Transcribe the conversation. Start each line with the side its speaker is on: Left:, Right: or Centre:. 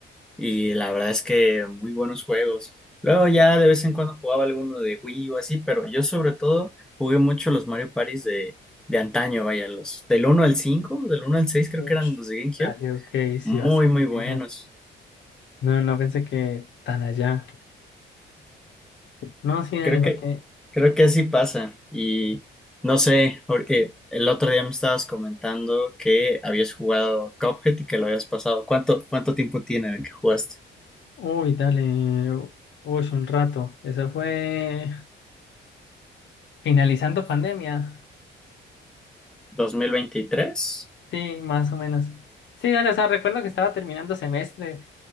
Centre: Y la verdad es que muy buenos juegos. Luego ya de vez en cuando jugaba alguno de Wii o así, pero yo sobre todo jugué mucho los Mario Parties de, de antaño, vaya, los del uno al 5 del uno al 6 creo
Left: Uf,
Centre: que eran los de GameCube.
Left: dale, ok, sí,
Centre: Muy,
Left: bastante
Centre: muy
Left: bien.
Centre: buenos.
Left: No, no pensé que tan allá. No, sí, dale,
Centre: Creo
Left: porque.
Centre: que, creo que así pasa. Y no sé, porque el otro día me estabas comentando que habías jugado Cuphead y que lo habías pasado. ¿Cuánto, cuánto tiempo tiene de que jugaste?
Left: Uy, dale. Uy, un rato. Eso fue finalizando pandemia.
Centre: ¿2023?
Left: Sí, más o menos. Sí, dale, o sea, recuerdo que estaba terminando semestre